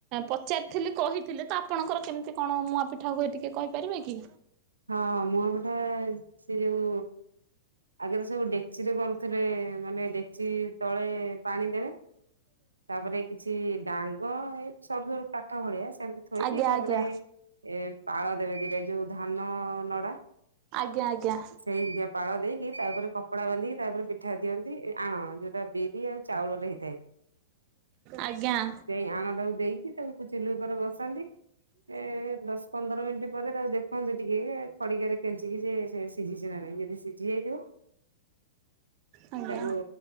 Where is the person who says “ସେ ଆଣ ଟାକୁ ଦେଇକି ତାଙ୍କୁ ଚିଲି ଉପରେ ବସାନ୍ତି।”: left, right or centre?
Right